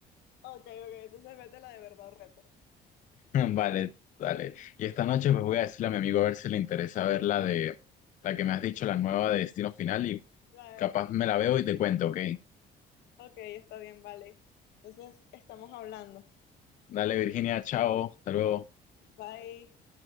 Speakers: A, on the left; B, on the left.
A: Ok, ok, entonces vete la de verdad reto,
B: Vale, dale. Y esta noche pues voy a decirle a mi amigo a ver si le interesa ver la de la que me has dicho, la nueva de Destino Final y
A: la
B: capaz
A: de destino
B: me
A: final.
B: la veo y te cuento, ¿ok?
A: Ok, está bien, vale. Entonces, estamos hablando.
B: Dale, Virginia, chao, hasta luego.
A: Bye.